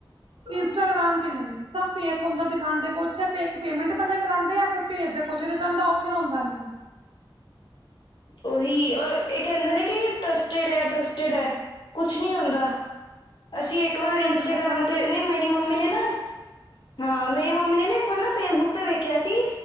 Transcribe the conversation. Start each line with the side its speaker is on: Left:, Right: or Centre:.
Right: ਇੰਸਟਾਗ੍ਰਾਮ ਤੇ ਨਹੀਂ ਸਬ ਫੇਕ ਹੁੰਦਾ ਦਿਖਾਉਦੇ ਕੋਛ ਆ ਫੇਕ ਪੇਮੈਂਟ ਪਹਿਲੇ ਕਰਾਉਂਦੇ ਆ ਫੇਰ ਭੇਜ ਕੁਛ ਰਿਟਰਨ ਦਾ ਆਪਸ਼ਨ ਹੁੰਦਾ ਨੀ ਹੈ।
Left: ਉਹੀ ਔਰ ਇਹ ਕਹਿੰਦੇ ਨੇ ਕਿ ਟਰਸਟਿਡ ਐ ਟਰਾਸਟਿਡ ਹੈ। ਕੁਛ ਨੀ ਮਿਲਦਾ ਅਸੀਂ ਇੱਕ ਵਾਰ
Right: ਕੀ
Left: ਇੰਸਟਾਗ੍ਰਾਮ
Right: ਹੁੰਦਾ ਐਸਾ ਬਸ
Left: ਤੇ ਨਹੀਂ ਮੇਰੀ ਮੰਮੀ ਨੇ ਨਾ ਹਾਂ ਮੇਰੀ ਮੰਮੀ ਨੇ ਨਾ ਇੱਕ ਵਾਰ ਨਾ ਫੇਸਬੁੱਕ ਤੇ ਵੇਖਿਆ ਸੀ।